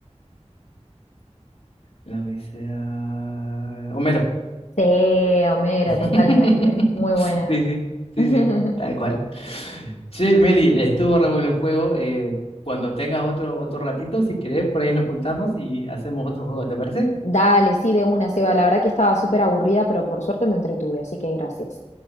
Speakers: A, on the left; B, on the left.
A: La Odisea... Homero.
B: Sí, Homero,
A: <laughs>
B: totalmente. Muy buena.
A: Sí, sí, sí,
B: <laughs>
A: sí, tal cual. Che, Meli, estuvo re bueno el juego. eh, cuando tengas otro, otro ratito, si querés, por ahí nos juntamos y hacemos otro juego, ¿te parece?
B: Dale, sí, de una, Seba. La verdad que estaba súper aburrida, pero por suerte me entretuve, así que gracias.